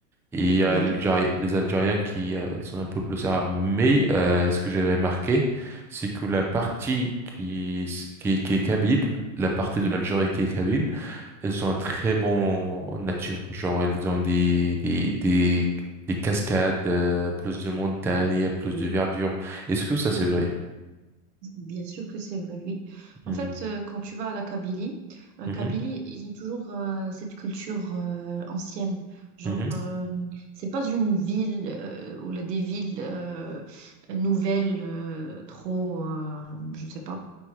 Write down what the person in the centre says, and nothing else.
et il y
a l'Algérie- les Algériens qui euh, sont un peu plus arabes. Mais euh, ce que j'ai remarqué, c'est que la partie qui, qui, qui est Kabyle, la partie
de l'Algérie qui est Kabyle, ils ont un très bon nature, genre ils ont des des des, des cascades, euh, plus de montagnes, il y a plus
de verdure. Est-ce que ça c'est vrai?
Hmm.
Mhm.
Mhm.